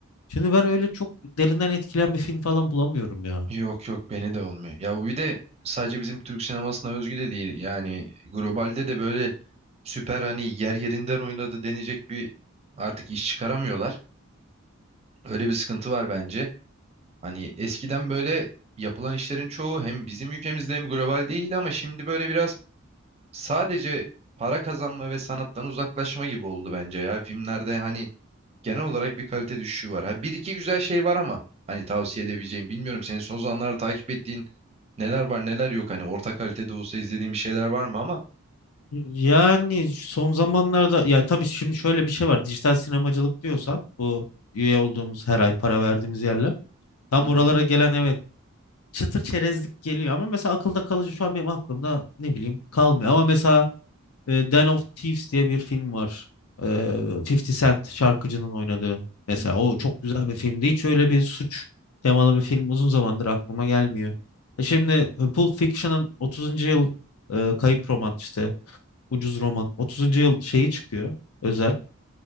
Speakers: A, on the left (about 85°); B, on the right (about 30°).
A: Şimdi ben öyle çok derinden etkilen bir film falan bulamıyorum ya.
B: Yok yok beni de olmuyor. Ya bu bir de sadece bizim Türk sinemasına özgü de değil. Yani globalde de böyle süper hani yer yerinden oynadı denecek bir artık iş çıkaramıyorlar. Öyle bir sıkıntı var bence. Hani eskiden böyle yapılan işlerin çoğu hem bizim ülkemizde hem global değildi ama şimdi böyle biraz sadece para kazanma ve sanattan uzaklaşma gibi oldu bence ya. Filmlerde hani genel olarak bir kalite düşüşü var. Ha, bir iki güzel şey var ama hani tavsiye edebileceğim bilmiyorum. Senin son zamanlarda takip ettiğin neler var neler yok hani orta kalitede olsa izlediğin bir şeyler var mı ama
A: Yani son zamanlarda ya tabii şimdi şöyle bir şey var. Dijital sinemacılık diyorsak bu üye olduğumuz her ay para verdiğimiz yerler. Tam
B: Hı hı,
A: oralara gelen evet çıtır çerezlik geliyor ama mesela akılda kalıcı şu an benim aklımda ne bileyim kalmıyor. Ama mesela e, Den of Thieves diye bir film var. E, 50 Cent şarkıcının oynadığı. Mesela
B: hı hı.
A: o çok güzel bir filmdi. Hiç öyle bir suç temalı bir film uzun zamandır aklıma gelmiyor. E şimdi e, Pulp Fiction'ın 30. yıl e, kayıp roman işte ucuz roman 30. yıl şeyi çıkıyor özel.